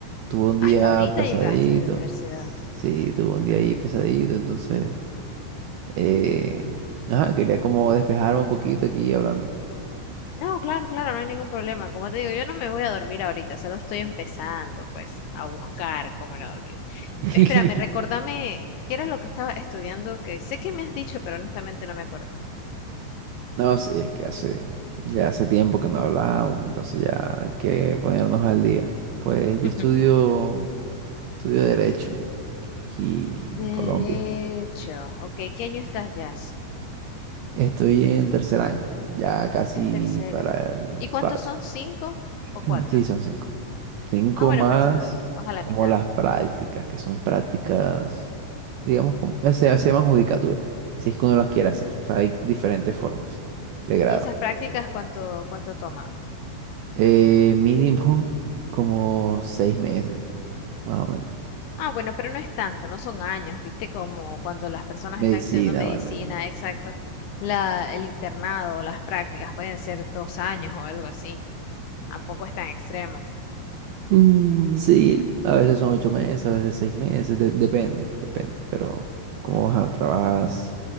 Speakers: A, on the right; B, on the left.
A: tuve un
B: Hasta
A: día
B: ahorita
A: pesadito.
B: llegaste de la universidad.
A: Sí, tuve un día ahí pesadito, entonces, eh, ajá, quería como despejarme un poquito aquí hablando.
B: No, claro, claro, no hay ningún problema. Como te digo, yo no me voy a dormir ahorita, solo estoy empezando pues a buscar cómo no dormir.
A: <laughs>
B: Espérame, recordame, ¿qué era lo que estaba estudiando? Que sé que me has dicho, pero honestamente no me acuerdo.
A: No, sí, es que hace, ya hace tiempo que no hablábamos, entonces ya hay que ponernos al día. Pues
B: <laughs>
A: yo estudio, estudio Derecho aquí en
B: Derecho,
A: Colombia.
B: ok, ¿qué año estás ya?
A: Estoy en tercer año, ya casi
B: En tercera.
A: para el
B: ¿Y cuántos
A: cuarto.
B: son? ¿Cinco
A: <clears throat>
B: o cuatro?
A: Sí, son cinco. Cinco
B: Ah, bueno,
A: más
B: pues entonces, vas a la
A: como
B: mitad.
A: las prácticas, que son prácticas, digamos, como- eh, se, se llaman judicatura, si es que uno las quiere hacer. O sea, hay diferentes formas de grado.
B: ¿Y esas prácticas cuánto, cuánto toman?
A: Eh, mínimo <laughs> como seis meses, más o menos.
B: Ah, bueno, pero no es tanto, no son años, ¿viste? Como cuando las personas
A: Medicina,
B: están estudiando medicina,
A: ¿vale?
B: exacto. La, el internado, las prácticas pueden ser dos años o algo así. Tampoco es tan extremo.
A: Mm, sí, a veces son ocho meses, a veces seis meses, de- depende, depende. Pero como ajá, trabajas